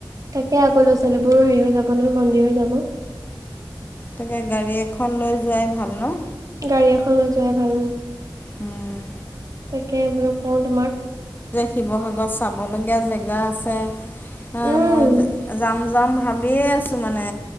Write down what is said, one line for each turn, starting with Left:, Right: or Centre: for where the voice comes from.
Right: তাকে আকৌ ল'ৰা ছোৱালীবোৰ হেৰি হৈ যাব নহয় বন্দী হৈ যাব।
Left: তাকে গাড়ী এখন লৈ যোৱাই ভাল ন?
Right: গাড়ী এখন লৈ যোৱাই ভাল।
Left: উম।
Right: তাকে বোলো কওঁ তোমাক।
Left: শিৱসাগৰ চাবলগীয়া জেগা আছে। হা
Right: উম
Left: মই যাম যাম ভাবিয়ে আছোঁ মানে